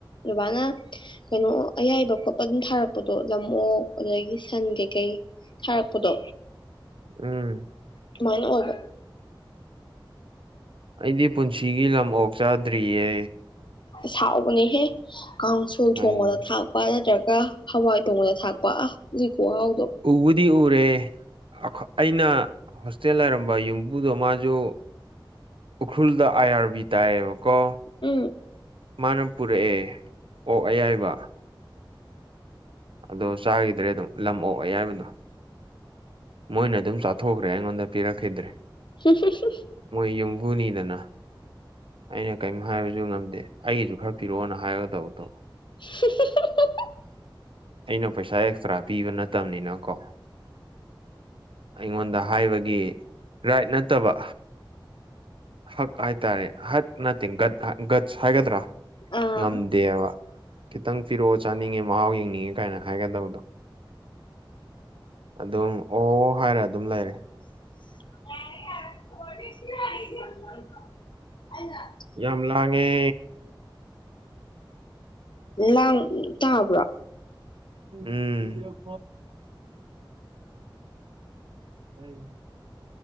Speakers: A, on the left; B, on the right.
A: ꯕꯥꯅ ꯀꯩꯅꯣ ꯑꯌꯥꯏꯕ ꯈꯣꯠꯄ ꯑꯗꯨꯝ ꯊꯥꯔꯛꯄꯗꯣ ꯂꯝ ꯑꯣꯣꯛ ꯑꯗꯒꯤ ꯁꯟ ꯀꯩꯀꯩ ꯊꯥꯔꯛꯄꯗꯣ
B: ꯎꯝ
A: ꯁꯨꯃꯥꯏꯅ ꯑꯣꯏꯕ
B: ꯑꯩꯗꯤ ꯄꯨꯟꯁꯤꯒꯤ ꯂꯝ ꯑꯣꯛ ꯆꯥꯗ꯭ꯔꯤꯌꯦ
A: ꯏꯁ ꯍꯥꯎꯕꯅꯦꯍꯦ ꯀꯥꯡ ꯁꯣꯏ
B: ꯎꯝ
A: ꯊꯣꯡꯕꯗ ꯊꯥꯛꯄ ꯅꯠꯇ꯭ꯔꯒ ꯍꯋꯥꯏ ꯊꯣꯡꯕꯗ ꯊꯥꯛꯄ ꯑꯥꯍ ꯑꯗꯨꯏ ꯈꯨꯍꯥꯎ__
B: ꯎꯕꯨꯗꯤ ꯎꯔꯦ ꯑꯈ ꯑꯩꯅ ꯍꯣꯁꯇꯦꯜ ꯂꯩꯔꯝꯕ ꯌꯨꯝꯕꯨꯗꯣ ꯃꯥꯁꯨ ꯎꯈ꯭ꯨꯔꯜꯗ ꯑꯥꯏ ꯑꯥꯔ ꯕꯤ__ ꯇꯥꯏꯌꯦꯕꯀꯣ
A: ꯎꯝ
B: ꯃꯥꯅ ꯄꯨꯔꯛꯑꯦ ꯑꯣꯛ ꯑꯌꯥꯏꯕ ꯑꯗꯣ ꯆꯥꯒꯤꯗ꯭ꯔꯦ ꯑꯗꯨꯝ ꯂꯝ ꯑꯣꯛ ꯑꯌꯥꯏꯕꯗꯣ ꯃꯣꯏꯅ ꯑꯗꯨꯝ ꯆꯥꯊꯣꯛꯈ꯭ꯔꯦ ꯑꯩꯉꯣꯟꯗ ꯄꯤꯔꯛꯈꯤꯗ꯭ꯔꯦ
A: <unintelligible>
B: ꯃꯣꯏ ꯌꯨꯝꯕꯨꯅꯤꯗꯅ ꯑꯩꯅ ꯀꯦꯝ ꯍꯥꯏꯕꯁꯨ ꯉꯝꯗꯦ ꯑꯩꯒꯤꯁꯨ ꯈꯔ ꯄꯤꯔꯛꯑꯣꯅ ꯍꯥꯏꯒꯗꯧꯕꯗꯣ
A: <unintelligible>
B: ꯑꯩꯅ ꯄꯩꯁꯥ ꯑꯦꯛꯁꯇ꯭ꯔꯥ ꯄꯤꯕ ꯅꯠꯇꯕꯅꯤꯅ ꯀꯣ ꯑꯩꯉꯣꯟꯗ ꯍꯥꯏꯕꯒꯤ ꯔꯥꯏꯠ ꯅꯠꯇꯕ ꯍꯛ ꯍꯥꯏꯇꯥꯔꯦ ꯍꯠ ꯅꯠꯇꯦ ꯒꯠ ꯒꯠꯆ ꯍꯥꯏꯒꯗ꯭ꯔꯥ
A: ꯑꯥ
B: ꯉꯝꯗꯦꯕ ꯈꯤꯇꯪ ꯄꯤꯔꯛꯑꯣ ꯆꯥꯅꯤꯡꯉꯦ ꯃꯍꯥꯎ ꯌꯦꯡꯅꯤꯡꯉꯦ ꯀꯥꯏꯅ ꯍꯥꯏꯒꯗꯧꯗꯣ ꯑꯗꯨꯝ ꯑꯣ ꯍꯥꯏꯔ ꯑꯗꯨꯝ ꯂꯩꯔꯦ
A: <unintelligible>
B: ꯌꯥꯝ ꯂꯥꯡꯉꯦ
A: ꯂꯥꯡ ꯇꯥꯕ꯭ꯔꯣ
B: ꯎꯝ <unintelligible>